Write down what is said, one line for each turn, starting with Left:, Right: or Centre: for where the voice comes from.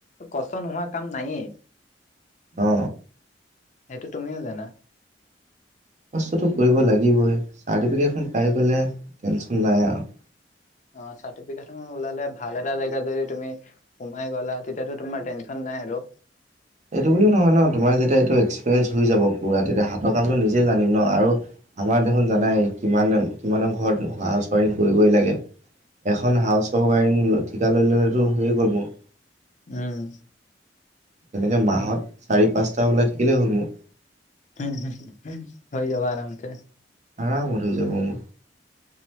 Left: কষ্ট নোহোৱা কাম নায়েই।
Right: অ।
Left: সেইটো তুমিও জানা।
Right: বস্তুটো কৰিব লাগিবই, চাৰ্টিফিকেটখন পাই গলে টেনশন নাই আৰু।
Left: অ চাৰ্টিফিকেট ওলালে ভাল এটা জেগা যদি তুমি সোমাই গলা, তেতিয়াটো তোমাৰ টেনশ্যন নাই। হেল্ল'!
Right: এইটো বুলিও নহয় ন তোমাৰ যেতিয়া এইটো এক্সপিৰিয়েঞ্চ হৈ যাব পুৰা তেতিয়া হাতৰ কামটো নিজে জানিম ন আৰু আমাৰ দেখোন জানাই কিমান কিমানৰ ঘৰত হ চাৰি কৰিবই লাগে। এখন হাউছৰ ৱাইৰিং ঠিকা লৈ ল'লেতো হৈয়ে গ'ল মোৰ।
Left: উম,
Right: তেনেকে মাহত
Left: উম,
Right: চাৰি -পাঁচটা ওলাই থাকিলেই হ'ল মোৰ।
Left: হে হে হে, হৈ যাব আৰামতে।
Right: আৰামত হৈ যাব মোৰ।